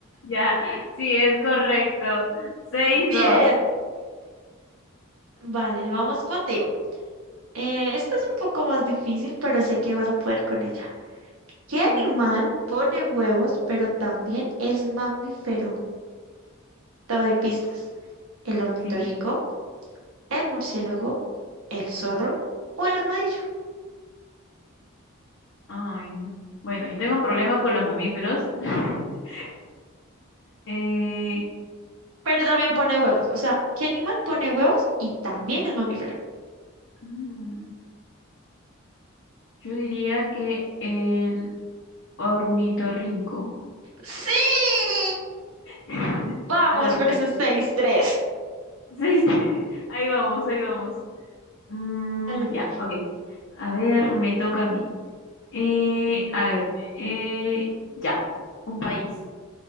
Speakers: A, on the left; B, on the right.
A: Ya, sí, es correcto. Seis,
B: Bien.
A: dos.
B: Vale, vamos contigo. Eh, esta es un poco más difícil, pero sé que vas a poder con ella. ¿Qué animal
A: Ay,
B: pone huevos, pero también es mamífero? Te doy pistas. ¿El ornitorrinco?
A: sí.
B: el murciélago, el zorro o el armadillo.
A: Ay, no. Bueno, yo tengo un problema con los mamíferos. <laughs> Eh,
B: Pero también pone huevos. O sea, ¿qué animal pone huevos y también es mamífero?
A: mm, yo diría que el ornitorrinco.
B: ¡Sí!
A: <laughs>
B: Vamos
A: Sí, lo acerté.
B: por esos seis tres.
A: Sí, sí. <laughs> Ahí vamos, ahí vamos. Mm,
B: Vale.
A: ya, ok. A ver, me toca a mí. Eh, a ver, eh, ya, un país.